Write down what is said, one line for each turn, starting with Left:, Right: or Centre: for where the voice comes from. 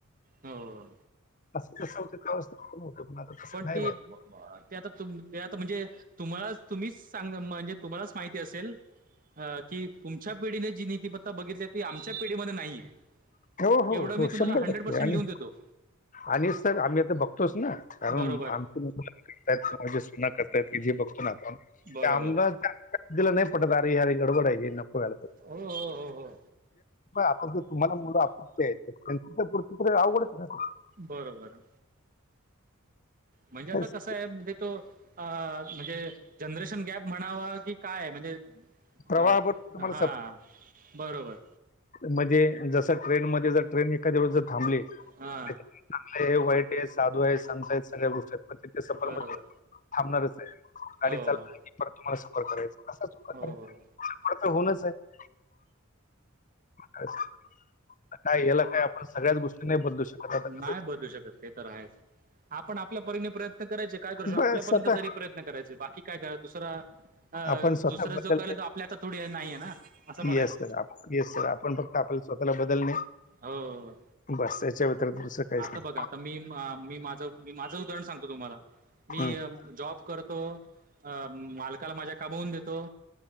Right: हो.
Left: <unintelligible>
Right: पण ती
Left: राहिलं.
Right: ते आता तूम ते आता म्हणजे तुम्हाला तुम्हीच सांग म्हणजे तुम्हालाच माहिती असेल. हा कि तुमच्या पिढीने जी नीतिमत्ता बघितली ती आमच्या पिढीमध्ये नाहीये.
Left: हो हो
Right: एवढं
Left: हो
Right: मी तुम्हाला
Left: शंभर
Right: हंड्रेड
Left: टक्के
Right: पर्सेंट
Left: आणि
Right: लिहून देतो.
Left: आणि सर आम्ही आता बघतोच ना कारण
Right: बरोबर
Left: आमची <unintelligible> सुना करतायत कि जे बघतो ना आपण ते
Right: बरोबर
Left: आमद <unintelligible> दिल नाही पटत अरे यार गडबड आहे ह नको <unintelligible>
Right: हो हो हो हो
Left: आता ज तुम्हाला मुलं अपक्ष आहे त्यांच्या गोष्ट अवघडच आहे <unintelligible>
Right: बर बर. म्हणजे आता
Left: तेच
Right: कस आहे म्हणजे तो अ म्हणजे जनरेशन गॅप म्हणावा की काय म्हणजे
Left: प्रवाहाबरोबर
Right: अ
Left: तुम्हाला
Right: हा
Left: सप
Right: बरोबर.
Left: म्हणजे जस ट्रेन मध्ये जर ट्रेन एखाद्या वेळेस जर थांबली
Right: हा
Left: चांगलं आहे वाईट आहे साधू आहे संत आहे सगळ्या गोष्टी आहेत पण तिथ सफर
Right: बरोबर
Left: मध्ये थांबणारच आहे. गाडी
Right: हो
Left: चालवल की परत तुम्हाला सफर करायच असंच सफर
Right: हो हो.
Left: तर होणच आहे <unintelligible> <unintelligible> काय याला काय आपण सगळ्याच गोष्टी नाही बदलू शकत. आता कसं
Right: नाय बदलू शकत ते तर आहेच. आपण आपल्या परीने प्रयत्न करायचे काय करू शक आपल्यापर्यंत
Left: बस स्वतः
Right: तरी प्रयत्न करायचे बाकी काय कराय दुसरा अ
Left: आपण स्वतः
Right: दुसरं
Left: बदलणे
Right: जो करेल ते आपल्या हातात थोडी नाहीय ना असं पण
Left: येस
Right: आहे.
Left: सर येस सर आपण फक्त आपला स्वतःला बदलणे.
Right: हो.
Left: बस याच्या व्यतिरिक्त दुसरं काहीच
Right: आता
Left: नाही
Right: बघा आता मी मी माझं मी माझं उदाहरण सांगतो तुम्हाला मी
Left: हम्म.
Right: जॉब करतो अ मालकाला माझ्या काबवून देतो.